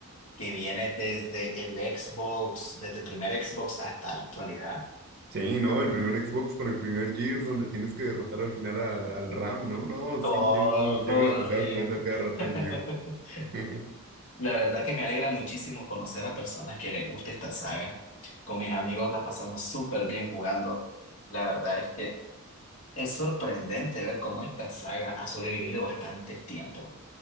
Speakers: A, on the left; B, on the right.
A: que viene desde el Xbox, desde el primer Xbox hasta la actualidad.
B: Sí, ¿no? El primer Xbox con el primer Gears donde tienes que derrotar al final al, al Ram, ¿no? No,
A: Todo
B: sí, yo,
A: correcto.
B: yo me la pasaba jugando a cada rato
A: <laughs>
B: el Gears. <laughs>
A: La verdad es que me alegra muchísimo conocer a personas que les gusta esta saga. Con mis amigos la pasamos súper bien jugando. La verdad es que... Es sorprendente ver cómo esta saga ha sobrevivido bastante tiempo,